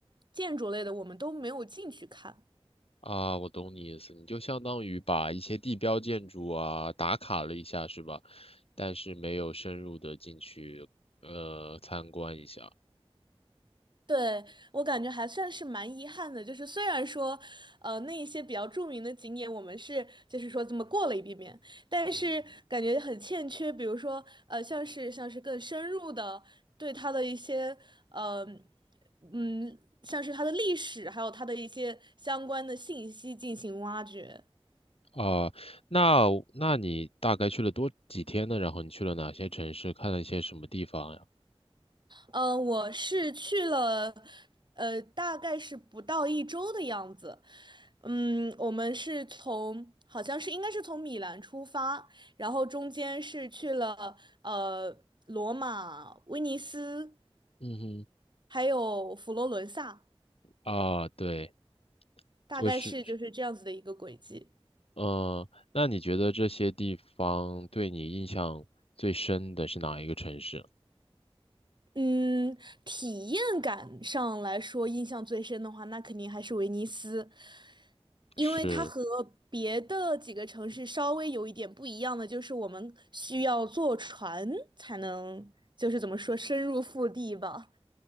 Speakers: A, on the right (about 50°); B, on the left (about 70°).
A: 建筑类的，我们都没有进去看。
B: 啊，我懂你意思，你就相当于把一些地标建筑啊打卡了一下，是吧？但是没有深入的进去，呃，参观一下。
A: 对，我感觉还算是蛮遗憾的，就是虽然说，呃，那一些比较著名的景点我们是就是说这么过了一遍遍，但是感觉很欠缺，
B: 嗯，
A: 比如说，呃，像是像是更深入的对它的一些，呃，嗯，像是它的历史，还有它的一些相关的信息进行挖掘。
B: 啊，那那你大概去了多几天呢？然后你去了哪些城市，看了一些什么地方呀？
A: 嗯，我是去了，呃，大概是不到一周的样子。嗯，我们是从，好像是应该是从米兰出发，然后中间是去了呃罗马、威尼斯，
B: 嗯哼，
A: 还有佛罗伦萨，
B: 啊，对，
A: 大概是就是这样子的一个轨迹。
B: 就是，呃，那你觉得这些地方对你印象最深的是哪一个城市？
A: 嗯，体验感上来说，印象最深的话，那肯定还是威尼斯，因为它和别的几个城市稍微有一点不一样的，
B: 是，
A: 就是我们需要坐船才能，就是怎么说，深入腹地吧。